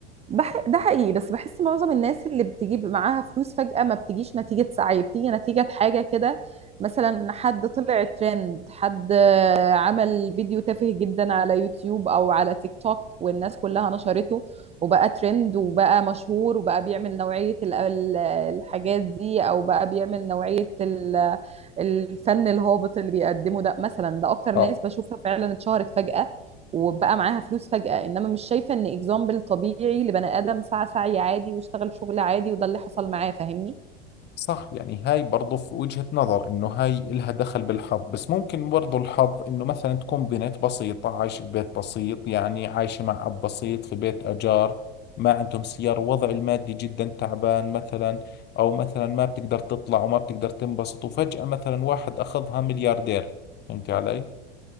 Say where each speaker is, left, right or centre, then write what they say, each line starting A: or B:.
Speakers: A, on the right (about 20°); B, on the left (about 35°).
A: بح... ده حقيقي بس بحس معظم الناس اللي بتجيب معاها فلوس فجأة ما بتجيش نتيجة سعي بتيجي نتيجة حاجة كده مثلا حد طلع ترند حد آه، عمل فيديو تافه جدا على يوتيوب او على تيك توك والناس كلها نشرته وبقى ترند وبقى مشهور وبقى بيعمل نوعية ال- ال- الحاجات دي او بقى بيعمل نوعية ال- الفن الهابط اللي بيقدمه ده مثلا ده اكتر ناس
B: اه
A: بشوفها فعلا اتشهرت فجأة وبقى معاها فلوس فجأة انما مش شايفة ان اكزامبل طبيعي لبني ادم سعى سعي عادي واشتغل شغل عادي وده اللي حصل معاه فاهمني
B: صح يعني هاي برضو في وجهة نظر انه هاي إلها دخل بالحظ بس ممكن برضو الحظ انه مثلا تكون بنت بسيطة عايشة ببيت بسيط يعني عايشة مع اب بسيط في بيت اجار ما عندهم سيارة وضع المادي جدا تعبان مثلا او مثلا ما بتقدر تطلع وما بتقدر تنبسط وفجأة مثلا واحد اخذها ملياردير فهمت علي؟